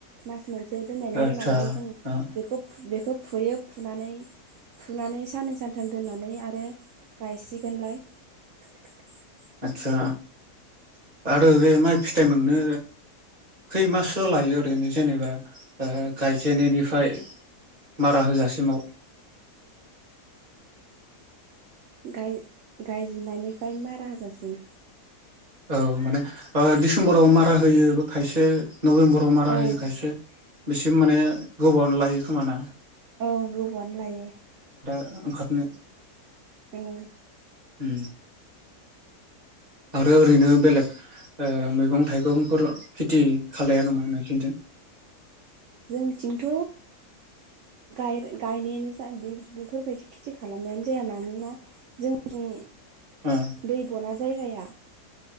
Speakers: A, on the right (about 65°); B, on the right (about 30°).
A: म मोनसे जे दोननायनि
B: आदसा
A: उनावहाय जों
B: ओ
A: बेखौ बेखौ फुयो फुनानै फुनानै साननै सानथाम दोननानै आरो गायसिगोनलाय <unintelligible>
B: आदसा आरो बे माइ फिथाइ मोननो खैमाससो लायो ओरैनो जेनेबा गायजेननायनिफ्राय मारा होजासिमाव
A: <inaudible> गायजनायनिफ्राय मा राहाजासिम
B: औ माने डिसेम्बराव मारा होयो खायसे नभेम्बराव मारा
A: औ
B: होयो खायसे बिसिम माने गोबावनो लायो खोमाना
A: औ गोबावआनो लायो
B: ओंखाराथनो
A: औ
B: उ आरो ओरैनो बेलेग मैगं थाइगंफोर खेथि खालाया नामा नों खिन्जों
A: जोंथिंथ' गायनायानो जा बेफोरबायदि खेथि खालामनायानो जाया मानोना जोंनि
B: ओ
A: दै बना जायगाया